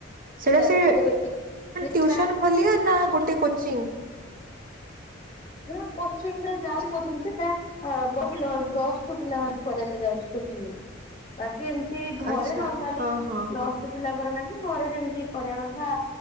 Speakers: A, on the right (about 45°); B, on the left (about 30°).
A: ସେଇଟା
B: ତାପରେ
A: ସେ
B: ଥ୍ରୀ
A: ତିଅସନ
B: କ୍ଲାସ
A: ଭଳିଆ ନା ଗୋଟେ କୋଚିଂ?
B: ନା କୋଚିଂ ରେ ଯାଉଚି କୋଚି ସେ ହ ବ ପିଲାମାନଙ୍କୁ ଲ ସବୁ ପିଲାମାନାନଙ୍କୁ କରିବା ପାଇଁ ଯାଉଚି କୋଚିଂ ବା କେମିତି ଘରେ
A: ଆଚ୍ଛା
B: ନର୍ମାଲି
A: ହଁ ହଁ
B: ନଷ୍ଟ
A: ହଁ
B: ପିଲାଙ୍କର ନାହିଁ ଘରେ ଯେମତି କରିବା କଥା